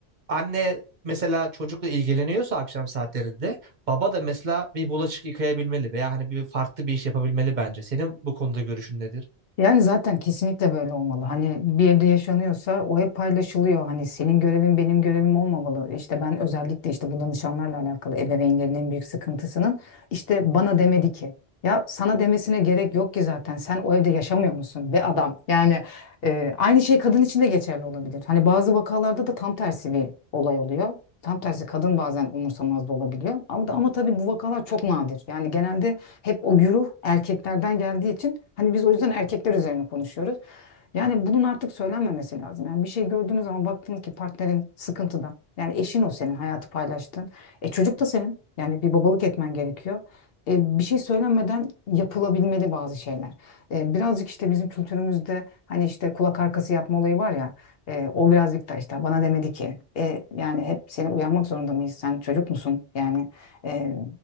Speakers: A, on the right (about 50°); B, on the left (about 65°).
A: anne mesela çocukla ilgileniyorsa akşam saatlerinde baba da mesela bir bulaşık yıkayabilmeli veya hani bir farklı bir iş yapabilmeli bence. Senin bu konuda görüşün nedir?
B: Yani zaten kesinlikle böyle olmalı. Hani bir evde yaşanıyorsa o ev paylaşılıyor. Hani senin görevin benim görevim olmamalı. İşte ben özellikle işte bu danışanlarla alakalı ebeveynlerin en büyük sıkıntısının işte bana demedi ki. Ya sana demesine gerek yok ki zaten. Sen o evde yaşamıyor musun be adam? Yani e, aynı şey kadın için de geçerli olabilir. Hani bazı vakalarda da tam tersi bir olay oluyor. Tam tersi kadın bazen umursamaz da olabiliyor. Ama, ama tabii bu vakalar çok nadir. Yani genelde hep o güruh erkeklerden geldiği için hani biz o yüzden erkekler üzerine konuşuyoruz. Yani bunun artık söylenmemesi lazım. Yani bir şey gördüğünüz zaman baktınız ki partnerin sıkıntıda. Yani eşin o senin hayatı paylaştın. E çocuk da senin. Yani bir babalık etmen gerekiyor. E, bir şey söylenmeden yapılabilmeli bazı şeyler. E, birazcık işte bizim kültürümüzde hani işte kulak arkası yapma olayı var ya. e, o birazcık da işte bana demedi ki. E, yani hep seni uyarmak zorunda mıyız? Sen çocuk musun? Yani e,